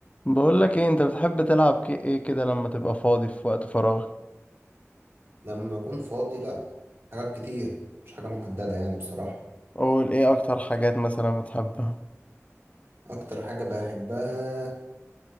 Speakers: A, on the left; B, on the right.
A: بقول لك ايه انت بتحب تلعب ك- ايه كده لما تبقى فاضي في وقت فراغ
B: لما أكون فاضي لأ حاجات كتير مش حاجة محددة يعني بصراحة
A: قول ايه اكتر حاجات مثلا بتحبها
B: أكتر حاجة بحبها